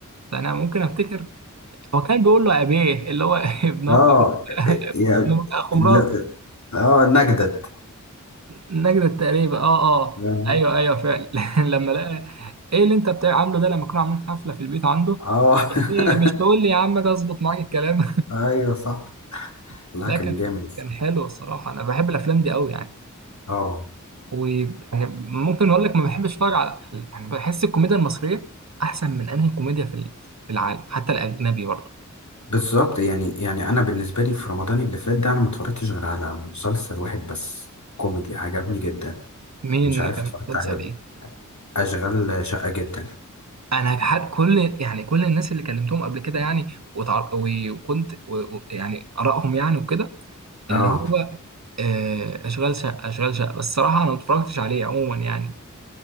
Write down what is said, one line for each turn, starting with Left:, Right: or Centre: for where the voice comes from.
Right: انا ممكن افتكر هو كان بيقول له ابيه اللي هو <laughs> ابن ابن
Left: اه يعني
Right: ابن اخو
Left: ل-
Right: مراته
Left: اه نجدد
Right: نجدة تقريبا اه اه
Left: فاهم؟
Right: ايوه ايوه فعلا <laughs> لما لقى ايه اللي انت بتاع عامله ده لما كانوا عاملين حفله في البيت عنده
Left: اه <laughs>
Right: ايه مش تقول لي يا عم ده اظبط معاك الكلام
Left: ايوه صح
Right: <laughs>
Left: لا
Right: لا
Left: كان
Right: كان
Left: جامد الصراحه
Right: كان حلو الصراحه انا بحب الافلام دي قوي يعني
Left: اه
Right: ويعني ممكن اقول لك ما بحبش اتفرج على يعني بحس الكوميديا المصريه احسن من انهي كوميديا في ال- في العالم حتى الاجنبي برضه
Left: بالظبط يعني يعني انا بالنسبه لي في رمضان اللي فات ده انا ما اتفرجتش غير على مسلسل واحد بس كوميدي عجبني جدا
Right: مين
Left: مش عارف
Right: كان
Left: اتفرجت
Right: مسلسل
Left: عليه ولا لأ.
Right: ايه
Left: اشغال شقه جدا
Right: انا حد كل يعني كل الناس اللي كلمتهم قبل كده يعني وتعر... و- وكنت و... و- يعني ارائهم يعني وكده
Left: اه
Right: اللي هو آه، اشغال شقه اشغال شقه بس الصراحه انا ما اتفرجتش عليه عموما يعني